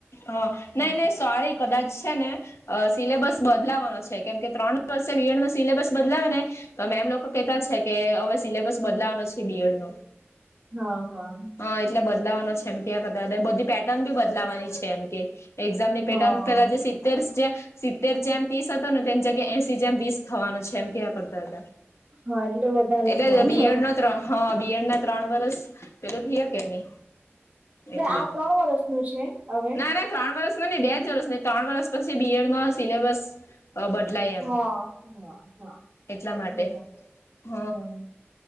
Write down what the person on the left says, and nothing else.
હ નહી
નહી સોરી કદાચ છે ને અ સિલેબસ બદલાવાનો છે કેમ કે ત્રણ વર્ષે બીએડનો સિલેબસ બદલાવે ને તો મેમ લોકો કેતા છે કે હવે સિલેબસ બદલાવાનો છે બીએડ નો
હા એટલે બદલાવાનો છે એમ કે આ કદાચ બધી પેટર્ન બી બદલાવાની છે એમ કે એક્ઝામ ની પેટમ
પેલા જે સિત્તેરસ જે સિત્તેર જેમ ત્રીસ હતો ને તેમની જગ્યા એસી જેમ વીસ થવાનો છે એમ કેવા કરતા હતા.
એટલે
બીએડ નો ત્ર હ બીએડ ના ત્રણ વરસ પેલું થિયા કે નહી એટલે
ના ના ત્રણ વરષ નઈ બે જ વર્ષ ત્રણ વરષ પછી બીએડ માં સિલેબસ અ બદલાય એમ
એટલા માટે
હ